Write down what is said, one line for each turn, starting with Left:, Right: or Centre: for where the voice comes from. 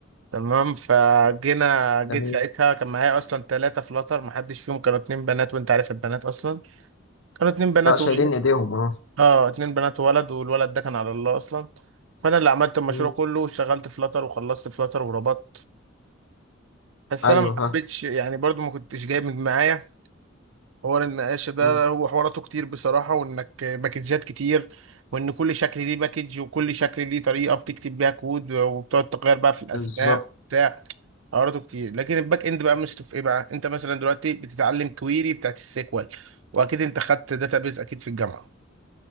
Right: تمام فجينا جيت
Left: جميل
Right: ساعتها كان معايا اصلا ثلاثه فلاتر ما حدش فيهم كانوا اتنين بنات وانت عارف البنات اصلا كانوا اتنين بنات
Left: لا شايلين
Right: وولد
Left: ايديهم اه
Right: اه اتنين بنات وولد والولد ده كان على الله اصلا فانا اللي عملت المشروع
Left: مم.
Right: كله وشغلت فلاتر وخلصت فلاتر وربطت بس
Left: ايوه
Right: انا ما حبيتش
Left: ها
Right: يعني برضو ما كنتش جايب من معايا حوار النقاشه ده
Left: مم.
Right: هو حواراته كتير بصراحه وانك باكجات كتير وان كل شكل ليه باكج وكل شكل ليه طريقه بتكتب بيها كود وبتقعد تغير بقى في الاسماء
Left: بالظبط
Right: وبتاع حواراته كتير لكن الباك اند بقى مشته في ايه بقى انت مثلا دلوقتي بتتعلم كويري بتاعت السيكوال واكيد انت خدت داتابيز اكيد في الجامعه